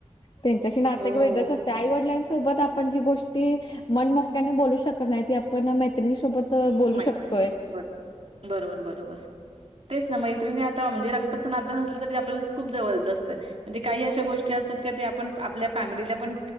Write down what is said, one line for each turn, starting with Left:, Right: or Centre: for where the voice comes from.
Left: त्यांच्याशी नात
Right: हो
Left: एक वेगळंच असते आई वडिलांसोबत आपण जी गोष्ट ती मनमोकळ्याने बोलू शकत नाही ती आपण मैत्रिणी सोबत बोलू
Right: माहित
Left: शकतोय.
Right: बरोबर. बरोबर बरोबर तेच ना मैत्रिणी आता म्हणजे रक्ताचं नातं नसलं तरी आपल्या खूप जवळचं असतं म्हणजे काही अशा गोष्टी असतात का ते आपण आपल्या फॅमिलीला पण